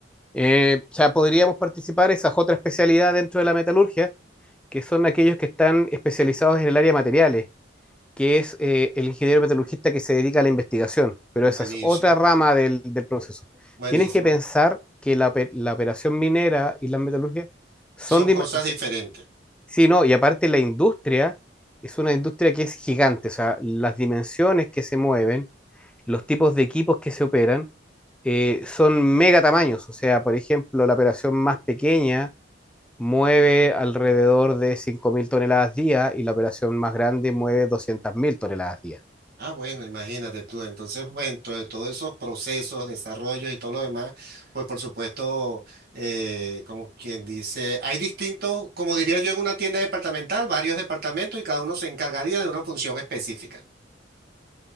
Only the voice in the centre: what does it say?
Eh, o sea, podríamos participar esas otras especialidades dentro de la metalurgia, que son aquellos que están especializados en el área de materiales, que es eh, el ingeniero metalurgista que se dedica a la investigación, pero
esa es otra rama del, del proceso.
Tienes que pensar que la, la operación minera y la metalurgia son...
dim-
o sea,
sí, no, y aparte la industria es una industria que es gigante, o sea, las dimensiones que se mueven, los tipos de equipos que se operan, eh, son mega tamaños, o sea, por ejemplo, la operación más pequeña mueve alrededor de 5.000 toneladas día y la operación más grande mueve 200.000 toneladas día.